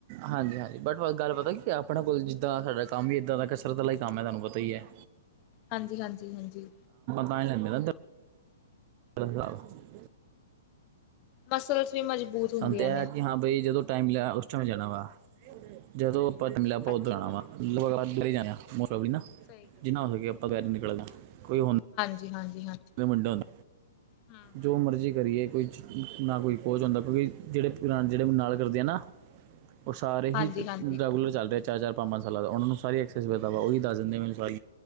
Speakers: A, on the right; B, on the left.
A: ਹਾਂਜੀ ਹਾਂਜੀ ਬਟ ਗੱਲ ਪਤਾ ਕੀ ਹੈ ਆਪਣੇ ਕੋਲ ਜਿੱਦਾਂ ਸਾਡਾ ਕੰਮ ਹੀ ਇਏਦਾਂ ਦਾ ਕਸਰਤ ਵਾਲਾ ਹੀ ਕੰਮ ਹੈ ਤੁਹਾਨੂੰ ਪਤਾ ਹੀ ਹੈ
B: ਹਾਂਜੀ ਹਾਂਜੀ ਹਾਂਜੀ
A: ਪ ਮੇਦਾ ਹ
B: ਮਸਲਸ ਵੀ ਮਜ਼ਬੂਤ
A: ਸੁਣਤ
B: ਹੁੰਦੀਆਂ
A: ਹੈ
B: ਨੇ
A: ਕਿ ਹਾਂ ਬਈ ਜਦੋਂ ਟਾਈਮ ਲਿਆ ਉਸ ਟਾਈਮ ਜਾਣਾ ਵਾ ਜਦੋਂ ਪਤਲਾ ਪਤ
B: ਅੱਛਾ
A: ਜਾਣਾ
B: ਅੱਛਾ
A: ਵਾ
B: ਅੱਛਾ
A: ਜਾਣਾ
B: ਅੱਛਾ
A: ਬ <unintelligible> ਪ੍ਰਲੀ ਨਾ
B: ਸਹੀ ਗੱਲ
A: ਜਿੰਨਾ ਹੋ ਸਕੇ ਆਪਾਂ ਗੈਰ ਨਿਕਲਗਾ ਕੋਈ ਹੋਣ ਨਹੀਂ
B: ੀ ਹਾਂਜੀ ਹਾਂਜੀ
A: ਮਲੀਮੰਡਨ
B: ਹਮ ਹਮ ਹਮ
A: ਜੋ ਮਰਜ਼ੀ ਕਰੀਏ ਕੋਈ ਨਾ ਕੋਈ ਖੋਚ ਹੁੰਦਾ ਕਿਉਂਕਿ ਜਿਹੜੇ ਜਿਹੜੇ ਨਾਲ ਕਰਦੇ ਆ ਨਾ ਉਹ ਸਾਰੇ
B: ਹਾਂਜੀ
A: ਹੀ ਰੈਗੂਲਰ
B: ਹਾਂਜੀ
A: ਚੱਲ ਰਿਹਾ ਚਾਰ ਚਾਰ ਪੰਜ ਪੰਜ ਸਾਲਾਂ ਦਾ ਉਹਨਾਂ ਨੂੰ ਸਾਰੀ ਐਕਸੈਸ ਮਿਲਦਾ ਵਾਹੀ ਦੱਸਿੰਦੇ ਮੈਨੂੰ ਸਾਰ